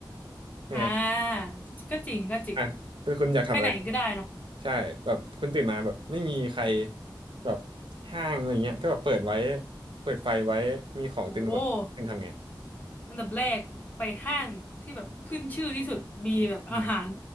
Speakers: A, on the right; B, on the left.
A: ใช่ไหม
B: อ่าก็จริงก็จริง
A: อ่ะเป็นคุณอยากทำอะไร
B: ไปไหนก็ได้เนาะ
A: ใช่แบบคุณตื่นมาแบบไม่มีใครแบบห้างอะไรเงี้ยก็แบบเปิดไว้ เปิดไฟไว้ มีของเต็มไปหมดคุณทำไง
B: โอ้ อันดับแรกไปห้างที่แบบขึ้นชื่อที่สุดมีแบบอาหาร
A: อืม